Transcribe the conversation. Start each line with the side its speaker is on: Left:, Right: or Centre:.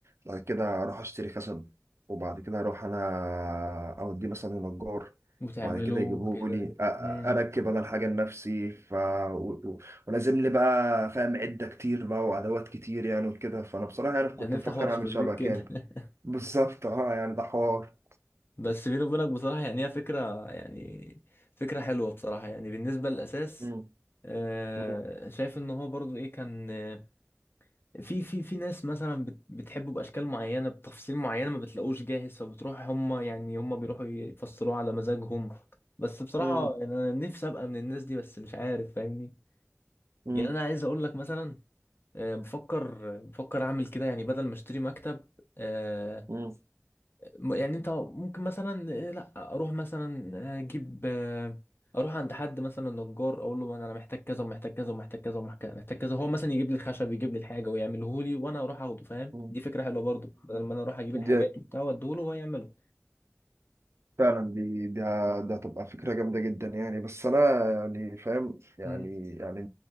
Right: بعد كده اروح اشتري خشب وبعد كده اروح انا اوديه مثلا لنجار
Left: وتعمله
Right: وبعد كده يجيبه
Left: كده
Right: لي أ- أ-
Left: مم.
Right: اركب انا الحاجه لنفسي ف و- و- ولازم لي بقى فاهم عده كتير بقى وادوات كتير يعني وكده فانا بصراحه يعني كنت
Left: هنفتح
Right: مفكر
Left: ورشة
Right: اعمل
Left: في البيت
Right: شبك
Left: كده
Right: يعني
Left: <laughs>
Right: بالظبط اه يعني ده حوار
Left: بس بيني وبينك بصراحة يعني هي فكرة يعني فكرة حلوة بصراحة يعني بالنسبة للأساس
Right: مم.
Left: آه،
Right: مم.
Left: شايف ان هو برضو ايه كان آه، في في في ناس مثلا بت- بتحبه باشكال معينه بتفاصيل معينه ما بتلاقوش جاهز فبتروح هم يعني هم بيروحوا يفصلوه على مزاجهم بس بصراحه
Right: مم.
Left: يعني انا نفسي ابقى من الناس دي بس مش عارف فاهمني
Right: مم.
Left: يعني انا عايز اقول لك مثلا آه، بفكر بفكر اعمل كده يعني بدل ما اشتري مكتب آه،
Right: مم.
Left: م- يعني انت ممكن مثلا آه، لا اروح مثلا آه، اجيب آه، اروح عند حد مثلا نجار اقول له انا محتاج كذا ومحتاج كذا ومحتاج كذا ومحتاج كذا هو مثلا يجيب لي الخشب يجيب لي الحاجه ويعمله لي وانا اروح اخده فاهم
Right: مم.
Left: دي فكره حلوه برضو بدل ما انا اروح اجيب
Right: مم.
Left: الحاجات وبتاع واديه له وهو يعمله
Right: فعلا دي ده ده هتبقى فكرة جامدة جدا يعني بس أنا يعني فاهم يعني
Left: امم
Right: يعني